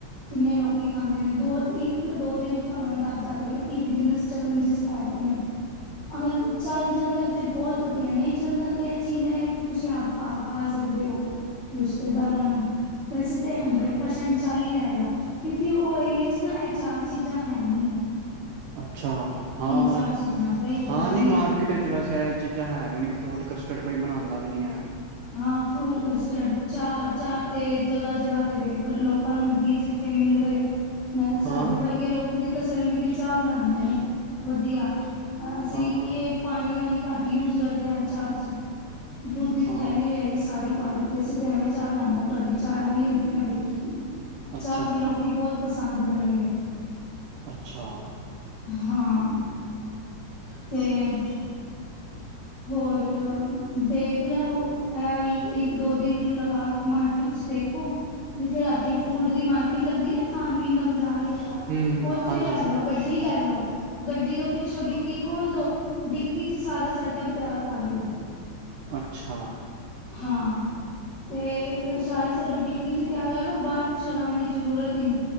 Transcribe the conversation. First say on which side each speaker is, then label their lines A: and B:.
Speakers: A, on the left; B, on the right.
A: ਕਿੰਨੇ ਲੋਕੀ ਖਾਂਦੇ ਨੇ ਦੋ ਇੱਕ ਦੋ ਦਿਨ ਚ ਤੁਹਾਨੂੰ ਅੰਦਾਜ਼ਾ ਹੋਜ ਕੀ ਬਿਜਨਸ ਚੱਲਣ ਜਿਸ ਹੈ ਕੇ ਨੇ। ਅਗਰ ਚੱਲ ਜਾਂਦਾ ਤੇ ਬਹੁਤ ਵਧੀਆ ਨਈ ਚੱਲਦਾ ਤੇ ਇਹ ਚੀਜ਼ਾਂ ਐ ਕਿ ਤੁਸੀਂ ਆਪ ਘਰ ਖਾ ਸਕਦੇ ਓ ਰਿਸ਼ਤੇਦਾਰਾਂ ਨੂੰ ਵੈਸੇ ਤਾਂ ਹੰਡਰਡ
B: ਹੂੰ
A: ਪਰਸੈਂਟ ਚੱਲ ਹੀ ਜਾਏਗਾ ਕਿਉਂਕਿ ਉਹ ਏਰੀਏ ਚ ਨਾ ਚਾਰ ਚੀਜ਼ਾਂ ਹੈਨੀ ਐ
B: ਅੱ ਅੱਛਾ ਹਾਂ-ਹਾਂ
A: ਚਾਰ ਚੀਜ਼ਾਂ ਦਹੀਂ ਭੱਲੇ
B: ਨੀ
A: ਹੈਗੇ।
B: ਮਾਰਕੀਟ ਵਿੱਚ ਵੈਸੇ ਇਹ ਚੀਜ਼ਾਂ ਹੈ ਵੀ ਨੀ ਫਰੂਟ ਕਸ ਫਿਰ ਕੋਈ ਬਣਾਂਦਾ ਵੀ ਨੀ ਐ
A: ਹਾਂ ਫਰੂਟ ਬਸ ਚੜ ਚਾਹ ਚਾਹ ਤੇ ਜਗ੍ਹਾ ਜਗ੍ਹਾ ਤੇ ਵੇ ਪਰ ਲੋਕਾਂ ਨੂੰ ਹੁੰਦੀ ਏ ਜਿੱਥੇ ਮਿਲ ਗਏ ਨਹੀਂ ਸਾਡੇ
B: ਹਾਂ
A: ਵਰਗੇ ਲੋਕੀ ਤੇ ਤਸੱਲੀ ਦੀ ਚਾਹ ਬਣਾਂਦੇ ਨੇ। ਵਧੀਆ ਅਸੀਂ
B: ਹਾਂ
A: ਕੀ ਇਹ ਪਾਣੀ ਵਾਣੀ ਘੱਟ ਯੂਜ ਕਰਦੇ ਹਾਂ ਚਾਹ ਚ ਦੁੱਧ ਦੀ
B: ਹਾਂ
A: ਥੈਲੀ ਲਿਆਈ ਸਾਰੀ ਪਾ ਦਿੱਤੀ ਅਸੀਂ ਤੇ ਐਵੇਂ ਚਾਹ ਬਣਾਉਦੇ ਆ ਤੁਹਾਡੀ ਚਾਹ ਐਵੇਂ ਹੀ ਹੁੰਦੀ ਮੈਂ ਦੇਖੀ।
B: ਅੱਛਾ
A: ਚਾਹ ਵੀ
B: ਅੱਛਾ
A: ਲੋਕੀ ਬਹੁਤ ਪਸੰ ਪਸੰਦ ਕਰਨਗੇ।
B: ਅੱਛਾ
A: ਹਾਂ ਤੇ ਹੋਰ ਦੇਖ ਲਿਆਓ ਹੈ ਓਹੀ ਦੋ ਦਿਨ ਲਗਾ ਕੇ ਮਾਰਕੀਟ ਚ ਦੇਖੋ ਜਿਥੇ ਰਾਤੀ ਫੂਡ ਦੀ ਮਾਰਕੀਟ ਲੱਗਦੀ ਨਾ ਖਾਣ ਪੀਣ ਦਾ ਬਾਜ਼ਾਰ ਲੱਗਦਾ
B: ਹਮ
A: ਓਥੇ
B: ਹਾਂਜੀ
A: ਲੈ ਜਾਓ ਗੱਡੀ ਲੈ ਜਾਓ ਗੱਡੀ ਤੋਂ ਪਿੱਛੋਂ ਡਿੱਕੀ ਖੋਲ ਦੋ ਡਿੱਕੀ ਚ ਹੀ ਸਾਰਾ ਸੈਟ ਅਪ ਤਿਆਰ ਕਰ ਲੋ
B: ਅੱਛਾ।
A: ਹਾਂ ਤੇ ਸਾਰਾ ਸਾਡਾ ਡਿ ਕੀ ਚ ਤਿਆਰ ਕਰ ਲੋ ਬਾਹਰ ਕੁੱਛ ਲਗਾਉਣ ਦੀ ਜ਼ਰੂਰਤ ਹੀ ਨੀ